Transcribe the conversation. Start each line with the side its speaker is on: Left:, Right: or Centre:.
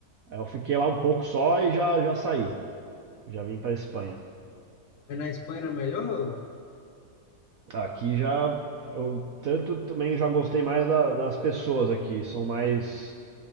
Right: eu fiquei lá um pouco só e já, já saí. Já vim para Espanha.
Left: aí na Espanha é melhor?
Right: Aqui já, eu tanto também já gostei mais da- das pessoas aqui, são mais,